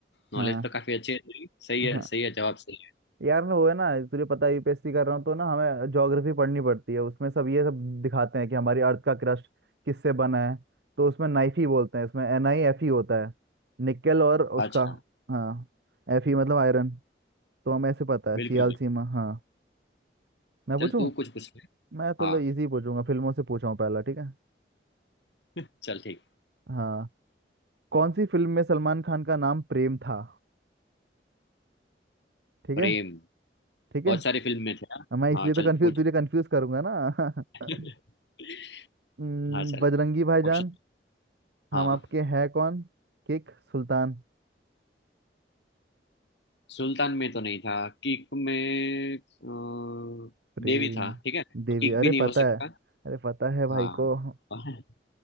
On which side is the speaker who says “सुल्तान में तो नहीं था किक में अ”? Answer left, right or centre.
Left